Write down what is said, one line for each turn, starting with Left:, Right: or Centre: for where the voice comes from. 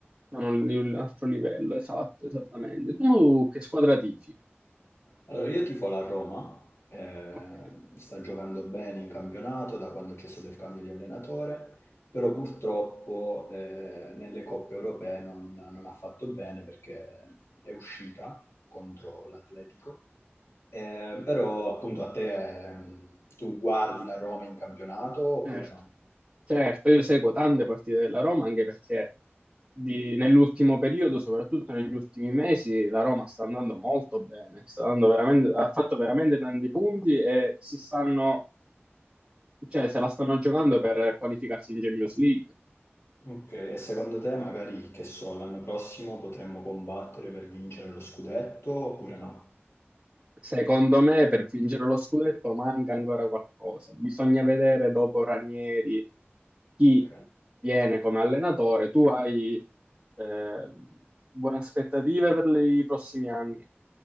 Right: Sono un, un altro livello, esatto, esattamente. Tu che squadra tifi?
Left: Allora, io tifo la Roma, eh,
Right: Ok,
Left: sta giocando bene in campionato da quando c'è stato il cambio di allenatore, però purtroppo eh, nelle coppe europee non, non ha fatto bene perché è uscita contro l'Atletico. Eh,
Right: sì,
Left: però appunto a te, ehm, tu guardi la Roma in campionato
Right: certo.
Left: oppure no?
Right: Certo, io seguo tante partite della Roma anche perché di- nell'ultimo periodo, soprattutto negli ultimi mesi, la Roma sta andando molto bene, sta dando veramente- ha fatto veramente tanti punti e si stanno, cioè, se la stanno giocando per qualificarsi in Champions League.
Left: Ok, e secondo te magari, che so, l'anno prossimo potremmo combattere per vincere lo scudetto oppure no?
Right: Secondo me, per vincere lo scudetto manca ancora qualcosa. Bisogna vedere dopo Ranieri chi
Left: Ok.
Right: viene come allenatore. Tu hai eh, buone aspettative per i prossimi anni?